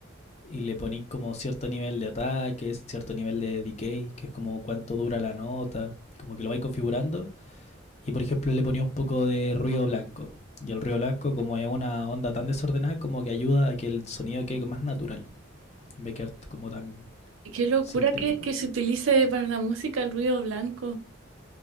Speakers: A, on the left (about 30°); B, on the right (about 70°).
A: y le ponéis como cierto nivel de ataque, cierto nivel de decay, que es como cuánto dura la nota, como que lo vais configurando. Y por ejemplo, le ponía un poco de ruido blanco. Y el ruido blanco, como es una onda tan desordenada, como que ayuda a que el sonido quede más natural, en vez de quedar como tan
B: Qué locura
A: sintético.
B: que, que se utilice para la música el ruido blanco.